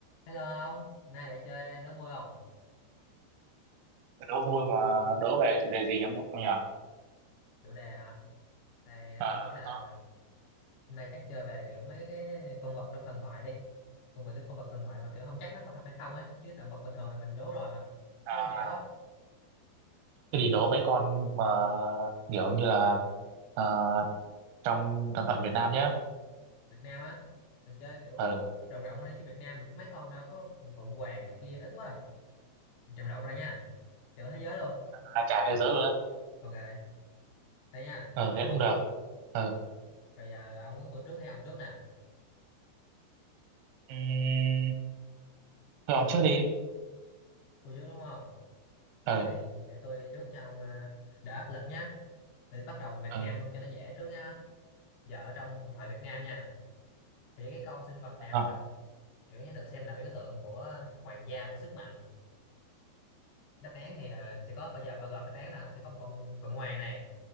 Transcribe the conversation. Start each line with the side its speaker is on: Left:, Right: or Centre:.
Left: Hello ông, hôm nay lại chơi đố vui không?
Right: đố vui mà đố về chủ đề gì nhỉ ông nhỉ
Left: Chủ đề hả? Này để
Right: à,
Left: tôi nghĩ là
Right: đó.
Left: hôm nay chắc chơi về kiểu mấy cái con vật trong thần thoại đi. Con vật cái con vật thần thoại mà kiểu không chắc nó có thật hay không á, chứ động vật bình thường thì mình đố rồi mà.
Right: à,
Left: Cái đó dễ quá.
Right: thế thì đố mấy con mà kiểu như là à, trong thần thoại Việt Nam nhé
Left: Việt Nam á, mình chơi kiểu
Right: ừ.
Left: rộng rộng ra đi chứ Việt Nam mình có mấy con đâu có phụng hoàng này kia ít quá. à. Rộng rộng ra nha, kiểu thế giới luôn.
Right: à, cả thế giới luôn á.
Left: Ok, thế nha.
Right: ừ thế cũng được ừ
Left: Rồi giờ ông muốn tôi trước hay ông trước nè?
Right: Ừm, thôi ông trước đi
Left: Tôi trước đúng không?
Right: ừ
Left: Thế thì để tôi đi trước cho ông à, đỡ áp lực nhá. Để bắt đầu bằng Việt
Right: ừ
Left: Nam luôn cho nó dễ trước nha. giờ ở trong thần thoại Việt Nam nha thì cái con sinh vật nào
Right: không
Left: á kiểu như được xem là biểu tượng của hoàng gia và sức mạnh đáp án thì ờ, sẽ có bao giờ bao gồm đáp án là sẽ có một con phượng hoàng này